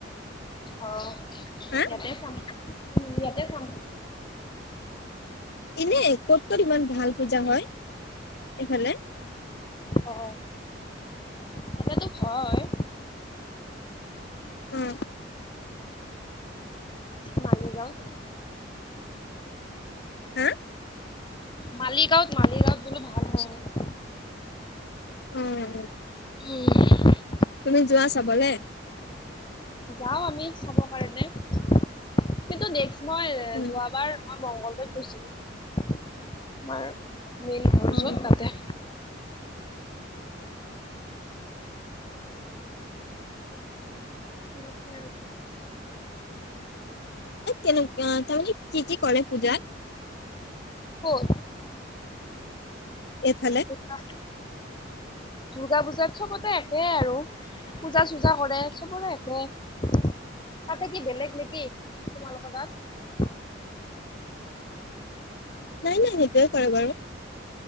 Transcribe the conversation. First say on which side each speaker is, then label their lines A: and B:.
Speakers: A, on the left; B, on the left.
A: অ',
B: হা
A: ইয়াতে চাম। ইয়াতে চাম।
B: এনেই কত ক'ত ইমান ভাল পূজা হয়, এইফালে।
A: অ', ইয়াতেতো হয়
B: উম।
A: মালিগাঁৱত।
B: হা।
A: মালিগাঁৱত মালিগাঁৱত। বোলো ভাল
B: <inaudible>
A: হয় আৰু।
B: উম। উ
A: <inaudible>
B: তুমি যোৱা চাবলে।
A: অঁ আমি চাব কাৰণে কিন্তু, নেক্স মই
B: উম
A: যোৱাবাৰ মই মংগলদৈট। গৈছিল আমাৰ মেইন ঘৰ
B: অ
A: জত তাতে। তেনেকে আৰু
B: কেনেকে তাৰমানে কি-কি কৰে পূজাত।
A: ক'ত
B: এইফালে
A: দুৰ্গা দুৰ্গা পূজাত চবতে একে আৰু পূজা-চূজা কৰে চবৰে একে। তাতে কি বেলেগ নেকি তোমালোকৰ তাত।
B: নাই নাই সেইটোৱে কৰে বাৰু।